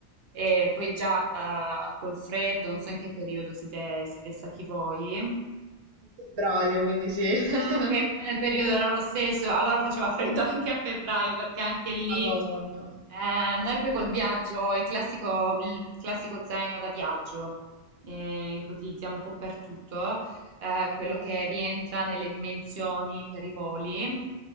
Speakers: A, on the right; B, on the right.
A: e poi già eh, col freddo, non so in che periodo siete, siete stati voi,
B: in febbraio, quindi sì. <laughs>
A: Ah, ok, più o meno il periodo era lo stesso, allora faceva freddo anche a febbraio perché anche lì
B: Madonna.
A: eh, noi poi col viaggio, il classico, il classico zaino da viaggio eh, che utilizziamo un po' per tutto, eh, quello che rientra nelle dimensioni per i voli,